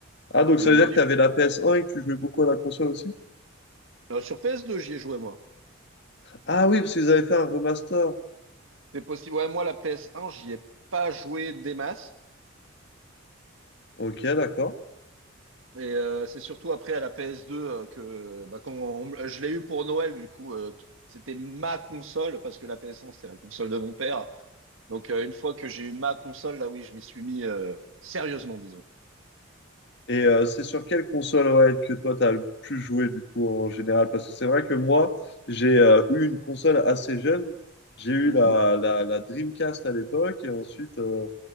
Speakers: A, on the left; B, on the right.
A: Ah, donc
B: Et
A: ça
B: le
A: veut
B: Mario.
A: dire que tu avais la PS1 et que tu jouais beaucoup à la console aussi?
B: Euh, sur PS2, j'y ai joué, moi.
A: Ah oui, parce qu'ils avaient fait un remaster.
B: C'est possible. Ouais, moi, la PS1, j'y ai pas joué des masses.
A: Ok, d'accord.
B: Et euh, c'est surtout après à la PS2 euh, que bah, quand on- je l'ai eu pour Noël, du coup, euh, c'était ma console, parce que la PS1, c'était la console de mon père. Donc euh, une fois que j'ai eu ma console, là oui, je m'y suis mis euh, sérieusement, disons.
A: Et euh, c'est sur quelle console ouais, que toi, tu as le plus joué du coup en général? Parce que c'est vrai que moi, j'ai euh, eu une console assez jeune. J'ai eu
B: Mhm.
A: la, la, la Dreamcast à l'époque et ensuite, euh,